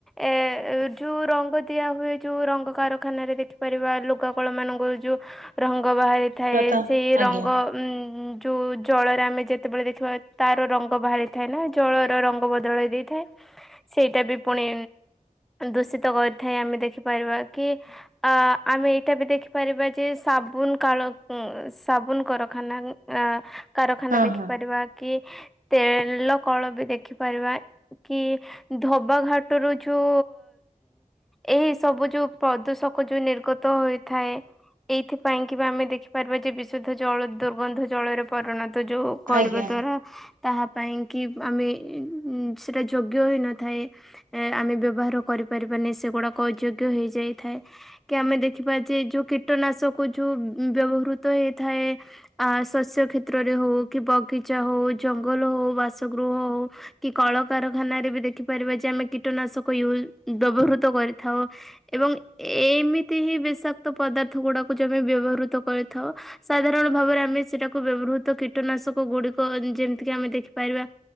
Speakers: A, in the centre; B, on the right.
A: ଏ ଯୋଉ ରଙ୍ଗ ଦିଆ ହୁଏ ଯୋଉ ରଙ୍ଗ କାରଖାନାରେ ଦେଖି ପାରିବା ଲୁଗା କଳମାନଙ୍କର ଯୋଉ ରଙ୍ଗ ବାହାରିଥାଏ।
B: ତ
A: ସେଇ ରଙ୍ଗ
B: ଆଜ୍ଞା
A: ଉଁ ଯୋଉ ଜଳରେ ଆମେ ଯେତେବେଳେ ଦେଖିବା ତାର ରଙ୍ଗ ବାହାରିଥାଏ ନା ଜଳର ରଙ୍ଗ ବଦଳାଇ ଦେଇଥାଏ। ସେଇଟା ବି ପୁଣି ଦୂଷିତ କରିଥାଏ। ଆମେ ଦେଖିପାରିବା କି ଆଁ ଆମେ ଏଇଟା ବି ଦେଖିପାରିବା ଯେ ସାବୁନ କାଳ ସାବୁନ କାରଖାନା ଆ କାରଖାନା
B: ହଁ
A: ଦେଖିପାରିବା
B: ହଁ
A: କି ତେଲ କଳ ବି ଦେଖିପାରିବା। କି ଧବାଘାଟରୁ ଯୋଉ ଏଇ ସବୁ ଯୋଉ ପ୍ରଦୂଷକ ଯୋଉ ନିର୍ଗତ ହୋଇଥାଏ। ଏଇଥିପାଇଁ କି ବା ଆମେ ଦେଖିପାରିବା ଯେ ବିଶୁଦ୍ଧ ଜଳ ଦୁର୍ଗନ୍ଧ ଜଳରେ ପରିଣତ ଯୋଉ କରିବା
B: ଆଜ୍ଞା
A: ଦ୍ୱାରା ତାହା ପାଇଁ କି ଆମେ ଇଁ-ଇଁ ସେଇଟା ଯୋଗ୍ୟ ହୋଇନଥାଏ। ଏ ଆମେ ବ୍ୟବହାର କରିପାରିବାନି ସେଗୁଡାକ ଅଯୋଗ୍ୟ ହେଇ ଯାଇଥାଏ। କି ଆମେ ଦେଖିବା ଯେ ଯୋଉ କୀଟନାଶକୁ ଯୋଉ ବ୍ୟବହୃତ ହେଇଥାଏ ଆ ଶସ୍ୟ କ୍ଷେତ୍ରରେ ହଉ କି ବଗିଚା ହଉ ଜଙ୍ଗଲ ହଉ ବାସଗୃହ ହଉ କି କଳ କାରଖାନାରେ ବି ଦେଖିପାରିବା ଯେ ଆମେ କୀଟନାଶକ ୟୁ ବ୍ୟବହୃତ କରିଥାଉ। ଏବଂ ଏମିତି ହିଁ ବିଷାକ୍ତ ପଦାର୍ଥ ଗୁଡ଼ାକୁ ଯେମେ ବ୍ୟବହୃତ କରିଥାଉ ସାଧାରଣ ଭାବରେ ଆମେ ସେଟାକୁ ବ୍ୟବହୃତ କୀଟନାଶକ ଗୁଡିକ ଯେମିତିକି ଆମେ ଦେଖିପାରିବା